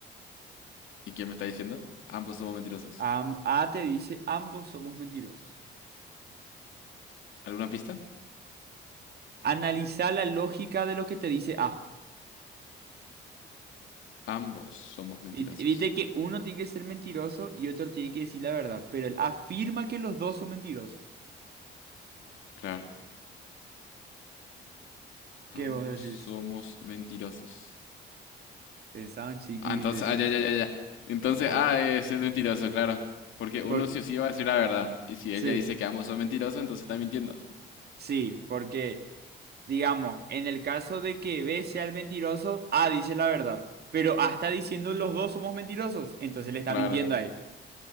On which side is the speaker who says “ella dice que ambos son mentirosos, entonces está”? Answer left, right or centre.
Left